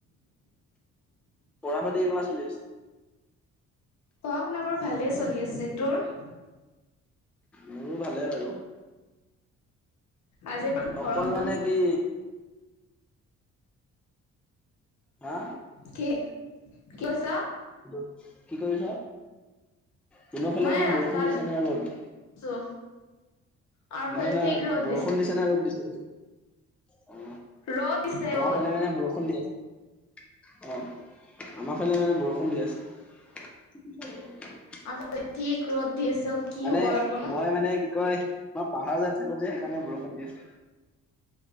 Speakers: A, in the centre; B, on the left.
A: পঢ়া পাতি কেনেকুৱা চলি আছে?
B: পঢ়া শুনা বাৰু ভালে চলি আছে তোৰ?
A: মোৰো ভালে বাৰু
B: আজিৰ পৰা
A: অকল
B: গৰমত
A: মানে কি হা
B: কি কি কৈছ?
A: হেল্ল কি কৰি আছ? তোহতৰ ফালে
B: মই
A: কি
B: ৰাস্তাত
A: বৰষুণ দিছে ন ৰ'দ?
B: আছো আমাৰ
A: নহয়
B: ফালে
A: নহয়
B: ঠিক ৰ'দ
A: বৰষুণ দিছে নে ৰদ দিছে? অ
B: ৰ'দ দিছে
A: আমাৰ
B: ৰ'দ
A: ফালে মানে বৰষুণ দি আছে অ আমাৰ ফালে মানে বৰষুণ দি আছে
B: আগফালে ঠিক ৰ'দ দি আছে কি
A: মানে
B: হব আৰু অকমান
A: হয় মানে কি কয় আমাৰ পাহাৰ যেগাত থাকো যে সেইকাৰণে বৰষুণ দি আছে